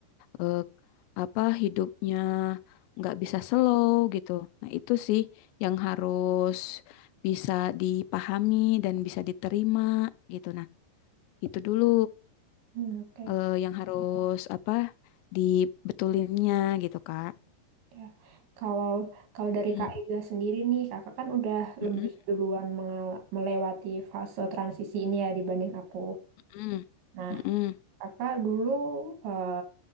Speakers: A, on the left (about 80°); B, on the right (about 85°).
A: eh, apa hidupnya nggak bisa slow gitu. Nah, itu sih yang harus bisa dipahami dan bisa diterima gitu. Nah, itu dulu
B: mm, mm, Oke,
A: eh, yang harus apa dibetulinnya gitu, Kak.
B: Ya. Kalau kalau dari
A: Mm,
B: Kak Ega sendiri nih, Kakak kan udah
A: mm,
B: lebih
A: mm,
B: duluan mengal- melewati fase transisi ini ya dibanding aku.
A: mm,
B: Nah,
A: mm,
B: Kakak dulu eh,